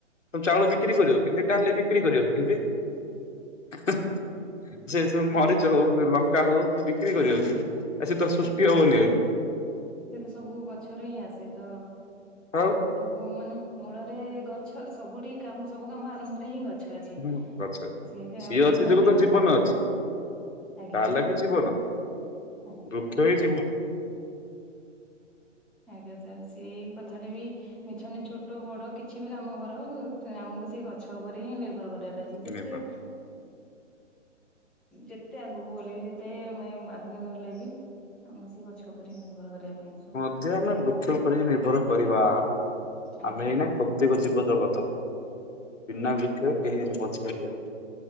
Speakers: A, on the left (about 75°); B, in the centre.
A: ତ ଚାଉଳ ବିକ୍ରି କରିବ କେମିତି ଡାଲି ବିକ୍ରି କରିବ କେମିତି? ଯେସ
B: ଆଜ୍ଞା
A: ମରି
B: ସାର୍
A: ଯାଉ ପା ହଉ ବିକ୍ରି କରିବ କେମିତି ଆ ସେ ତ ସୃଷ୍ଟି ହବନି ଏ।
B: ସେ ତ ସବୁ ଗଛରୁ ହିଁ ଆସେ ତ।
A: ଆଉ
B: ସବୁ ମାନେ ମୂଳରେ ଗଛ ସବୁରି କାମ ସବୁ କାମ ଆରମ୍ଭରେ ହିଁ ଗଛ। ଅଛି
A: ହୁଁ ଗଛ ଅଛି।
B: ସେଇଟା
A: ସିଏ
B: ବୁଝୁନାହାନ୍ତି
A: ଅଛି ଯୋଗୁ ତ
B: କେବଳ
A: ଜୀବନ ଅଛି
B: ଆଜ୍ଞା
A: ତା ଲାଗି ଜୀବନ
B: ଆଜ୍ଞା
A: ବୃକ୍ଷ ହିଁ ଜୀବନ।
B: ଆଜ୍ଞା ସାର୍ ସେଇ କଥାଟା ବି ମିଛ ନୁହେଁ ଛୋଟ ବଡ କିଛି ବି କାମ କର ଆମକୁ ସେଇ ଗଛ ଉପରେ ହିଁ ନିର୍ଭର କରିଆ। ଅଛି ଯେତେ
A: ନିର୍ଭର
B: ଯେତେ ଆଗକୁ ଗଲେ ବି ଯେତେ ମେ ଆଧୁନିକ ହେଲେ ବି ଆମକୁ ସେ ଗଛ ଉପରେ ନିର୍ଭର କରିବା ପାଇଁ ଅଛି।
A: ଯେ ଆମେ ବୃକ୍ଷ ଉପରେ ନିର୍ଭର କରିବା
B: ଆଜ୍ଞା
A: ଆମେ ଏଇନେ ପ୍ରତ୍ୟକ ଜୀବ ଜଗତ ବିନା ବୃକ୍ଷରେ କେହି ହେଲେ ବଞ୍ଚିପାରିବେନାହିଁ।